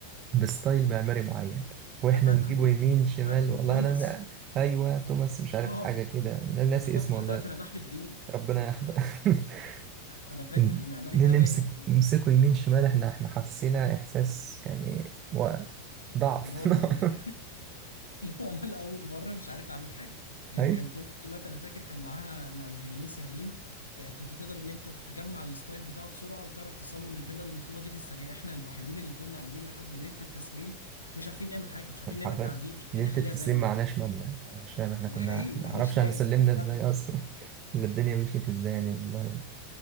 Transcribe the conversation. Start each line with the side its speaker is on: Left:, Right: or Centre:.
Right: بستايل معماري معين واحنا
Left: انا فاكره
Right: نجيبه يمين شمال
Left: أنا فاكره
Right: والله
Left: توماس
Right: انا أنا- ايوه توماس مش عارف
Left: اه
Right: حاجه كده انا ناسي
Left: انا فاكره
Right: اسمه
Left: لحد
Right: والله
Left: دلوقتي انا بحلف بيه
Right: ربنا يحفظه <laughs>
Left: انا فاكر
Right: ن-
Left: المعماري
Right: نمسك
Left: ده باين كان
Right: نمسكه يمين شمال احنا احنا حسينا احساس يعني و- ضعف
Left: اللي هو انا
Right: <laughs>
Left: <laughs> لا انا لاول مره مش عارف اعمل حاجه يعني
Right: ايوه
Left: كان كل التيمات انا فاكر كان معاها معماريين سهلين آه كنت تقدر ان انت تجمع الستايل بتاعه بسرعه وتعرف تصمم الفيلا المطلوبه دي في السريع احنا الوحيدين اللي كنا قاعدين لحد ليله التسليم مش عارفين نعمل حاجه مش عارفين نعمل
Right: حرفيا
Left: تعديل مش عارفين
Right: ليله
Left: نخليها
Right: التسليم
Left: زيه
Right: معناش مبنى انا مش فاهم احنا
Left: ده
Right: كنا
Left: حقيقي
Right: احنا
Left: ما
Right: ما
Left: احناش
Right: اعرفش
Left: فايل
Right: احنا سلمنا
Left: مفيش
Right: ازاي اصلا <laughs> ولا الدنيا مشيت ازاي يعني والله